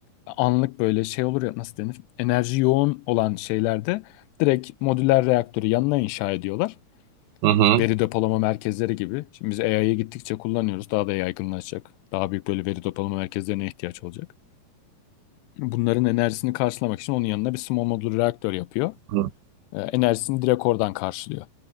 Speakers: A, on the left; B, on the right.
A: anlık böyle şey olur ya nasıl denir? Enerji yoğun olan şeylerde direkt modüler reaktörü yanına inşa ediyorlar.
B: Hı hı.
A: Veri depolama merkezleri gibi. Şimdi biz AI'ye gittikçe kullanıyoruz. Daha da yaygınlaşacak. Daha büyük böyle veri depolama merkezlerine ihtiyaç olacak. Bunların enerjisini karşılamak için onun yanına bir small modül reaktör yapıyor.
B: Hı.
A: Ee, enerjisini direkt oradan karşılıyor.